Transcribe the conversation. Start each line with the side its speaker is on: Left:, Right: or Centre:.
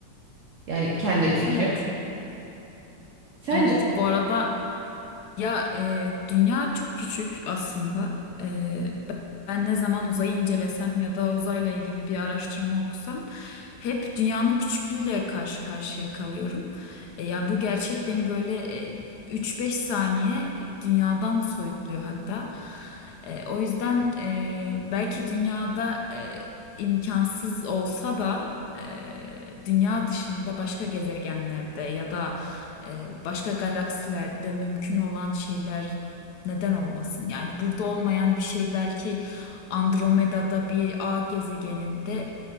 Right: Yani kendi fikrim.
Left: Evet.
Right: Sence?
Left: Evet bu arada Ya e, dünya çok küçük aslında. E, ben ne zaman uzayı incelesem ya da uzayla ilgili bir araştırma okusam hep dünyanın küçüklüğüyle karşı karşıya kalıyorum. E, yani bu gerçek beni böyle e, 3-5 saniye dünyadan soyutluyor hatta. E, o yüzden e, belki dünyada e, imkansız olsa da e, dünya dışında başka gezegenlerde ya da e, başka galaksilerde mümkün olan şeyler neden olmasın? Yani burada olmayan bir şey belki Andromeda'da bir A gezegeninde